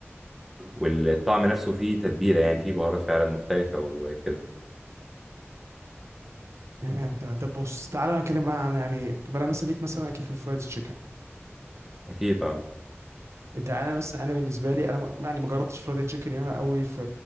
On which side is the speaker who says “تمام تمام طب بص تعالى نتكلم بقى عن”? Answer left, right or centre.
Right